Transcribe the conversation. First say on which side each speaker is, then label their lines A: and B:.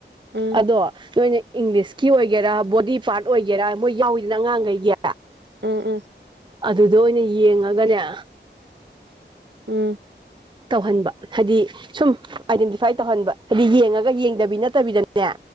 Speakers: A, on the right; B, on the right.
A: ꯎꯝ
B: ꯑꯗꯣ ꯅꯣꯏꯅ ꯏꯪꯂꯤꯁꯀꯤ ꯑꯣꯏꯒꯦꯔꯥ ꯕꯣꯗꯤ ꯄꯥꯔꯠ ꯑꯣꯏꯒꯦꯔꯥ ꯃꯣꯏ ꯌꯥꯎꯋꯤꯗꯅ ꯑꯉꯥꯡꯈꯩꯒꯤ
A: ꯎꯝ ꯎꯝ
B: ꯑꯗꯨꯗ ꯑꯣꯏꯅ ꯌꯦꯡꯉꯒꯅꯦ
A: ꯎꯝ
B: ꯇꯧꯍꯟꯕ ꯍꯥꯏꯗꯤ ꯁꯨꯝ ꯑꯥꯏꯗꯦꯟꯇꯤꯐꯥꯏ ꯇꯧꯍꯟꯕ ꯍꯥꯏꯗꯤ ꯌꯦꯡꯉꯒ ꯌꯦꯡꯗꯕꯤ ꯅꯠꯇꯕꯤꯗꯅ ꯅꯦ